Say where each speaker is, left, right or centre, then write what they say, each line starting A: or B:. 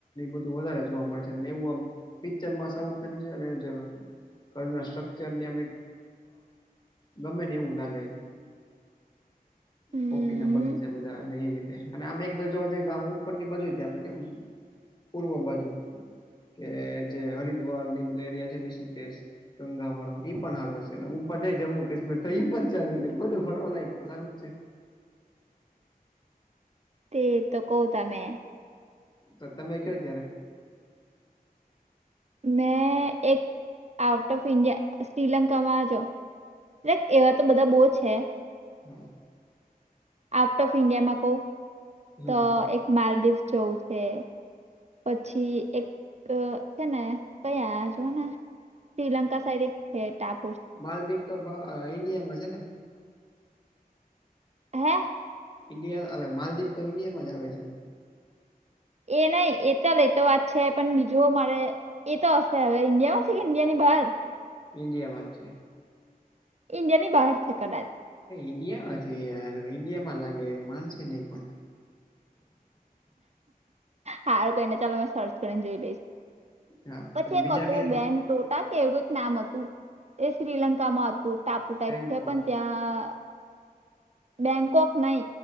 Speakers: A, on the left (about 30°); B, on the right (about 45°).
A: બધું વધારે જોવા મળે છે. એવું પિક્ચરમાં, સાઉથ ના પિક્ચરમાં. ઘણા સ્ટ્રકચર ને, અમે ગમે ને એવું લાગે છે.
B: હમ
A: કોફી ના બગીચા બધા ને રીતે અને આમ એક બાજુ જોવા જઈએ, ઉપર ની બાજુ ત્યાં કેમ પૂર્વ બાજુ. કે જે હરિદ્વાર ની બધું એરિયા છે, ઋષિકેશ ગંગા વાળો, ઈ પણ સારો છે, અને ઉપર જાય જમ્મુ કાશ્મીર, તો ઈ પણ સારું છે. બધું ફરવા લાયક, તો સારું જ છે. <inaudible>
B: તે તો કું તમેં.
A: તો તમે કયો ત્યારે.
B: મેં એક આઉટ ઓફ ઇન્ડિયા, શ્રીલંકા માં છો. એટલે એવા તો બધા બહુ છે.
A: હમ.
B: આઉટ ઓફ ઇન્ડિયામાં કહું
A: હમ
B: તો, એક માલદીવ ચૌથે. પછી એક છે ને, કયા જોને શ્રીલંકા સાઈડ, એક છે, ટાપુ.
A: માલદીવ તો ઈન્ડિયામાં છે ને?
B: હે.
A: ઈન્ડિયા, માલદીપ તો ઇન્ડિયા માં આવે છે
B: એ નહીં, એ તો લે, તો વાત છે, પણ બીજું મારે. એ તો હશે, હવે ઇન્ડિયામાં છે કે ઇન્ડિયા ની બહાર?
A: ઇન્ડિયામાં જ છે.
B: ઇન્ડિયા ની બહાર છે કદાચ.
A: ઇન્ડિયા, અને યાર, ઇન્ડિયામાં લાગે, માનશે નહીં, પણ.
B: સારું કરીને, ચાલો, મેં સર્ચ કરીને જોઈ લઈશ.
A: હા
B: પછી એક
A: બીજા
B: હતું,
A: કયા તો
B: બેન્ડ. ટોટા, કેવું એક નામ હતું, એ શ્રીલંકામાં હતું. તું ટાપુ ટાઈપ
A: બેંગકોક
B: છે, પણ ત્યાં બેન્કોક નહી